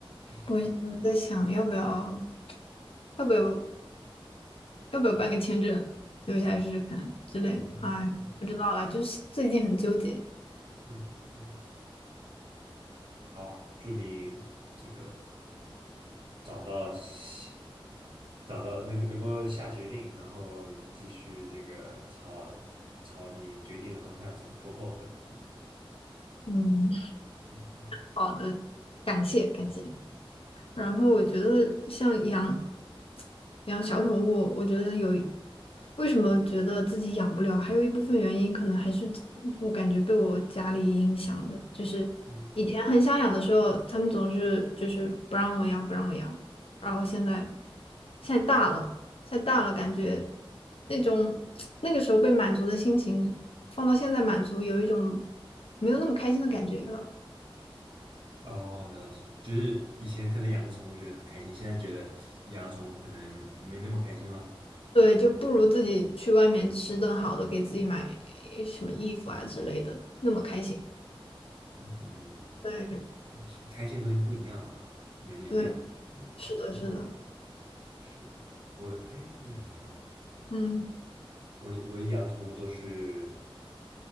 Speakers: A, on the right (about 60°); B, on the left (about 80°).
A: 还是
B: 我现在在想要不要要不要要不要办个签证留下来试试看之类的。
A: 啊？
B: 哎，
A: 嗯
B: 不知道啦，就是最近很纠结。
A: 嗯，嗯嗯好，祝你这个找到喜找到能能够下决定，然后继续这个朝朝你决定的方向走，不后悔。嗯
B: 嗯，
A: 嗯嗯
B: 好的，感谢感谢。然后我觉得像养养小宠物，我觉得有为什么觉得自己养不了，还有一部分原因可能还是我感觉被我家里影响的，就是以前很想养的时候，
A: 嗯。
B: 他们总是就是不让我养，不让我养，然后现在现在大了，现在大了，感觉那种那个时候被满足的心情，放到现在满足，有一种没有那么开心的感觉了。
A: 哦，了解，就是以前可能养个宠物觉得很开心，现在觉得养宠物可能没那么开心了。
B: 对，就不如自己去外面吃顿好的，给自己买什么衣服啊之类的，那么开心。
A: 嗯嗯，
B: 对
A: 也是开心的东西不一样了啊，人也变了。
B: 对，
A: 嗯，
B: 是的，是的，
A: 是我哎，我想想，
B: 嗯，
A: 我我养宠物都是。